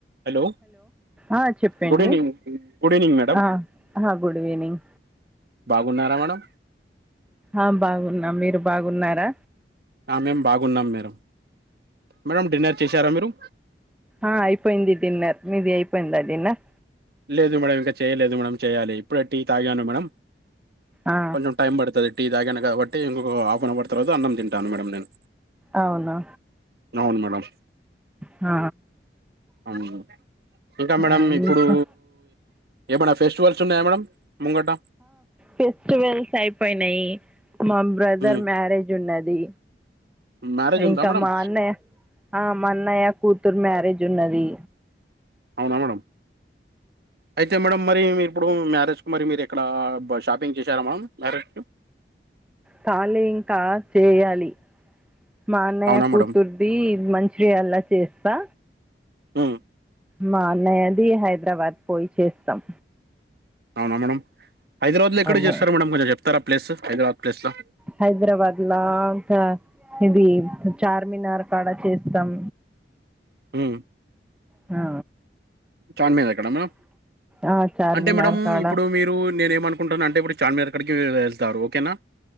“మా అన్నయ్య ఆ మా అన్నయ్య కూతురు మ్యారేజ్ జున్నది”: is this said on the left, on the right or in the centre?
Centre